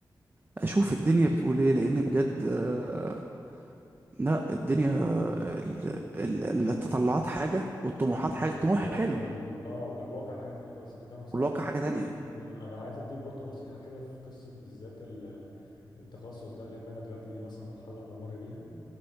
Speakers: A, on the right; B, on the left.
A: اشوف الدنيا بتقول ايه لان بجد آه، لا الدنيا آه، ال- ال-
B: بالظبط
A: التطلعات حاجه والطموحات حاجه
B: والت...
A: طموح
B: وال...
A: حلو
B: اه والواقع حاجه تانية خالص انت كلامك صح
A: والواقع
B: امم
A: حاجه تانية
B: انا عايز اديك برضو نصيحه كده في قصه بالذات ال... التخصص ده لان انا دلوقتي دي مثلا مرحله انا بمر بيها